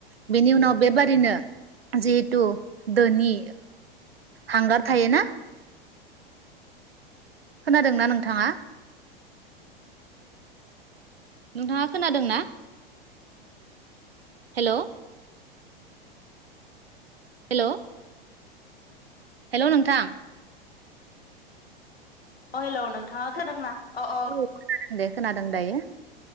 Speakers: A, on the right; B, on the left.
A: बेनि उनाव बेबादिनो जिहेथु दोनि हांगार थायो ना खोनादों ना नोंथाङा नोंथाङा खोनादों ना हेल हेल हेल नोंथां
B: अ हेलौ नोंथाङा खोनादों अ अ
A: औ खोनादों दे खोनादों दायो